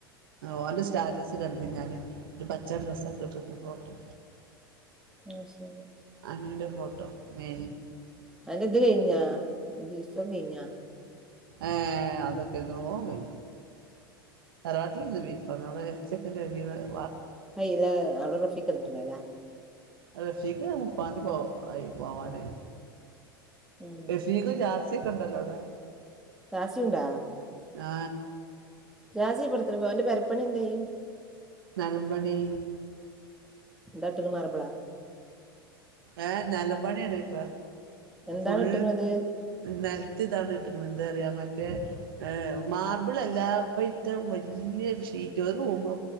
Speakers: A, on the right (about 70°); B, in the centre.
A: ഓന്റെ സ്റ്റാറ്റസ് കണ്ടു ഞാൻ ഒരു പച്ച ഡ്രസ്സൊക്കെ ഇട്ടിട്ട് ഫോട്ടോ
B: ആ ശരി
A: അനുന്റെ ഫോട്ടോ മ
B: അ എത് കഴിഞ്ഞാ സഖയാ
A: ഏ അതൊക്കെ നോക്ക തറവട്ടി ബീഫാണ് അവിടെ ഇ വ
B: അയില്ല അവിടെ റഫിക്കുന്നല്ലേ അല്ലേ
A: റഷിക്ക് മുപ്പാന്തി പോ ആയി പോവാനായി
B: ഉം
A: റെഷിദ് ജാസിക്കെണ്ടല്ലോഅവിട വ
B: ജാസ്യുണ്ടാ
A: ആ
B: രാസീപ്പെടുത്തണം അവന്റെ പെപ്പണി എന്തായി
A: നൽബണി
B: തട്ടക്ക മറബള
A: ഏ നേലംമ്പാണിയാണ് ഇപ്പൊ
B: എന്താണ്
A: ഫുൾ
B: ഇട്ട്ക്ക്ണത്
A: നൽ ഇതാണ് കിട്ടുന്നത് എന്താ പറയാ മറ്റേ മാർബിൾ അല്ലപ്പ ഇത്തം വലിയ ഷീറ്റ് ഒരു റൂമ